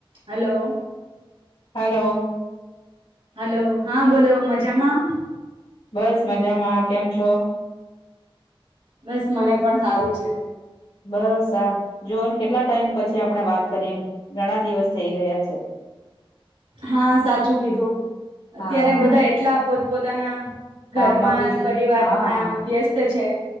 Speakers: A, on the right (about 80°); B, on the left (about 80°).
A: Hello.
B: Hello.
A: Hello હા બોલો મજામાં?
B: બસ મજામાં કેમ છો?
A: બસ મને પણ સારું છે.
B: બસ આા જોઓને કેટલા ટાઈમ પછી આપણે વાત કરી એમ, ઘણા દિવસ થઈ ગયા છે.
A: હા સાચું કીધું,
B: હા
A: અત્યારે બધા એટલા પો પોતાના
B: કામમાં
A: ઘરમાં
B: બીઝી
A: પરિવાર
B: હા
A: માં વ્યસ્ત છે.